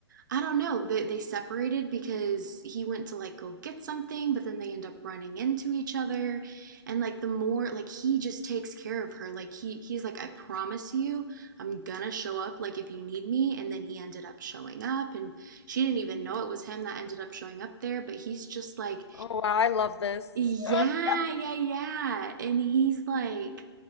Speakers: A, on the right (about 45°); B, on the left (about 70°).
A: I don't know. They they separated because he went to like go get something, but then they end up running into each other. And like the more like he just takes care of her. Like he he's like I promise you, I'm gonna show up like if you need me. And then he ended up showing up and she didn't even know it was him that ended up showing up there, but he's just like
B: Oh wow, I love this.
A: yeah,
B: <laughs>
A: yeah, yeah. And he's like